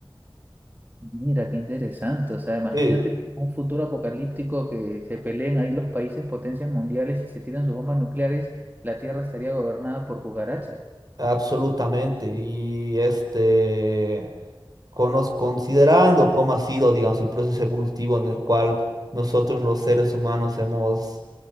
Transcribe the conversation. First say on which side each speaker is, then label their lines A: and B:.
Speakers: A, on the right; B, on the right.
A: Mira, qué interesante. O sea, imagínate
B: Sí,
A: que en un futuro apocalíptico que se peleen ahí los países potencias mundiales y se tiran sus bombas nucleares, la Tierra estaría gobernada por cucarachas.
B: Absolutamente. Y este, conos- considerando cómo ha sido, digamos, el proceso evolutivo en el cual nosotros los seres humanos hemos,